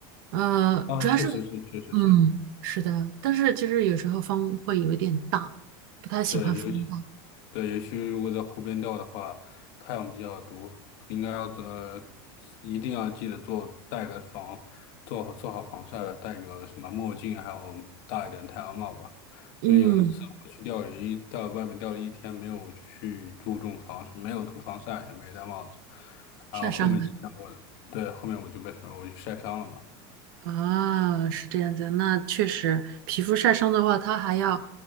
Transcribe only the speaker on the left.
啊，
确实是，确实是，
对，尤其。对，尤其如果在湖边钓的话，太阳比较毒，应该要呃，一定要记得做戴个防，做好做好防晒，戴个什么墨镜，还有大一点太阳帽吧。
因为有一次我去钓鱼，在外面钓了一天，没有去注重防，没有涂防晒，也没戴帽子，
然后后面几天我，对，后面我就被水，我就晒伤了嘛。